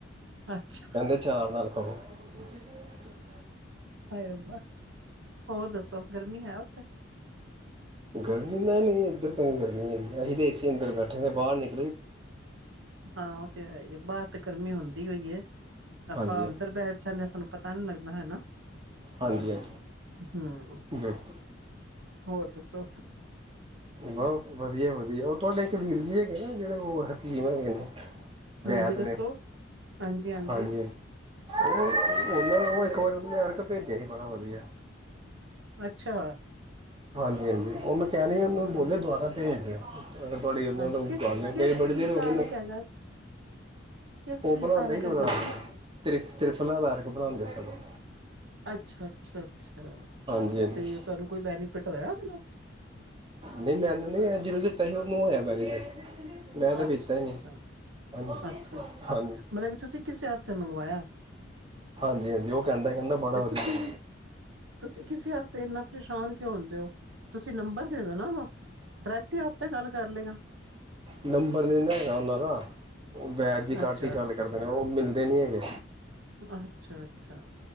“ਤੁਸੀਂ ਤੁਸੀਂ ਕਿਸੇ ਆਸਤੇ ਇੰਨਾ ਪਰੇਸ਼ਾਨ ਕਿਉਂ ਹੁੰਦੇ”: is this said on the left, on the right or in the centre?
Right